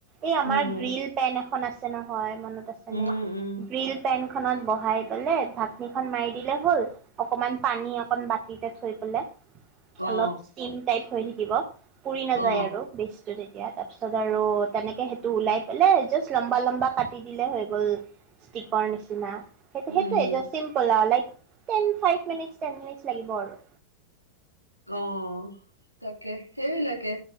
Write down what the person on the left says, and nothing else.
উম
উম উম
অ
অ
উম
অ'! তাকে, সেইবিলাকে।